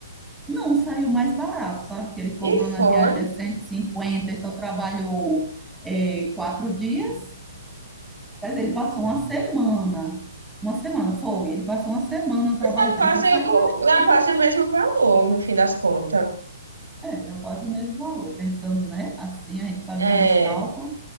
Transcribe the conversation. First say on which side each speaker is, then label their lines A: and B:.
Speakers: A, in the centre; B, on the right (about 85°).
A: Não, saiu mais barato, sabe? Porque ele cobrou
B: E
A: na
B: foi.
A: diária 150 e cinquenta e só trabalhou é, quatro dias. Mas ele passou uma semana. Uma semana, foi. Ele passou uma semana trabalhando.
B: Mas dá quase,
A: Então saiu
B: o-
A: mais em conta.
B: dá quase o mesmo valor, no fim das contas.
A: É, deu quase o mesmo valor. Pensando, né? Assim, a gente fazendo
B: É.
A: os cálculos.